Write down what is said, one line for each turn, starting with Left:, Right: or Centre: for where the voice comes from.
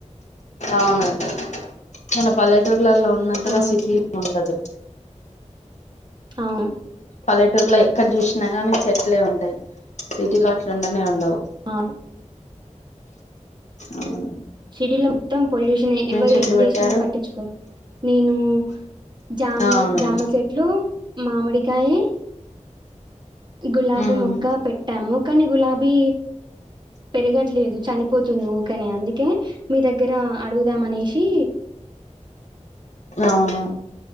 Left: అవునండి చిన్న పల్లెటూరు ఊర్లలో ఉన్నంతగా
Right: ఆ!
Left: సిటీలో ఉండదు
Right: అవును
Left: పల్లెటూరులో ఎక్కడ చూసినా గానీ చెట్లే ఉంటాయి సిటీలో అట్లుండనే ఉండవు
Right: ఆ
Left: అవును
Right: సిటీలో మొత్తం పొల్యూషన్ ఎవరు
Left: చెట్లు
Right: ఏం
Left: పెట్టారు
Right: చేసిన పట్టించుకోరు నేను జామ
Left: అవును
Right: జామ చెట్లు మామిడికాయ గులాబీ
Left: ఉమ్
Right: మొక్క పెట్టాము కానీ గులాబీ పెరగట్లేదు చనిపోతుంది ఊకని అందుకే కే మీ దగ్గర అడుగుదామ అనేసి
Left: అవును